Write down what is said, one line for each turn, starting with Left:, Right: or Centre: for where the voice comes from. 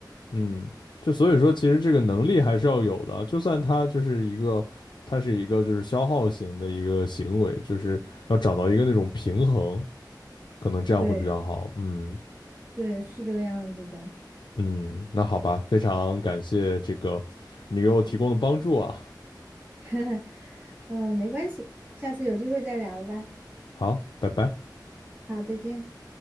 Left: 嗯，就所以说，其实这个能力还是要有的，就算他就是一个，他是一个就是消耗型的一个行为，就是要找到一个那种平衡，可能这样会比较好。
Right: 对
Left: 嗯
Right: 对，是这个样子的。
Left: 嗯，那好吧，非常感谢这个你给我提供的帮助啊，
Right: <laughs> 嗯，没关系，下次有机会再聊吧。
Left: 好，拜拜。
Right: 好，再见。